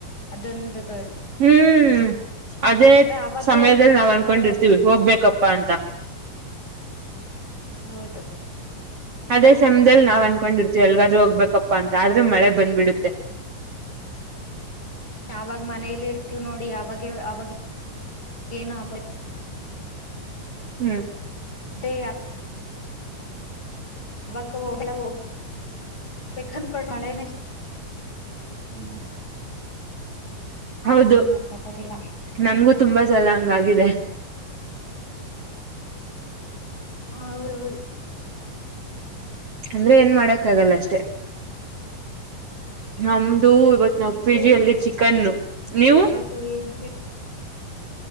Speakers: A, on the left; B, on the right.
A: ಅದೊಂದುೊ.
B: ಹ್ಮ್ ಅದೇ
A: ಅವಾಗೆ
B: ಸಮಯದಲ್ಲಿ ನಾವ್ ಅನ್ಕೊಂಡಿರ್ತೀವಿ
A: ಮೂಡ
B: ಹೋಗ್ಬೇಕಪ್ಪಾ ಅಂತ
A: ಹೌದು
B: ಅದೇ ಸಮ್ದಲ್ ನಾವ್ ಅನ್ ಕಕೊಂಡಿರ್ತ ಎಲ್ಗಾದ್ೂ ಹೋಗ್ಬೇಕಪ್ಪಾ ಅಂತ ಆದ್ರೆ ಮಳೆ ಬಂದ್ಬಿಡುತ್ತೆ
A: ಯಾವಾಗ ಮನೇಲಿ ಇಡ್ತವಿ ್ ನೋಡಿ ಅವಾಗ ಅವಾಗ ಏನ್ ಹಕ
B: ಹ್ಮ್
A: ಅದೇ ಅವಾಗ ಹಲ್ಲ ಹೋಗ ಬಕ ಮಳೆನೆೇ ಹ್ಮ್
B: ಹೌದು
A: ಮಾಡಕ್ ಆಗೋದಿಲ್ಲ
B: ನಮ್ಗೂ ತುಂಬಾ ಸಲ ಹಂಗಾಗಿದೆ
A: ಹೌದ ಹೌದು
B: ಅಂದ್ರೆ ಏನ್ ಮಾಡಕ್ ಆಗಲ್ಲ ಅಷ್ಟೇ ನ ಇದು ಇವತ್ ನಾಲ್ಕು
A: ಏನ್
B: ಕೆ
A: ಏನ್
B: ಜಿ ಅಲ್ಲಿ ಚಿಕನ್ನು ನೀವು
A: ಇವತ್ತು ಏನ್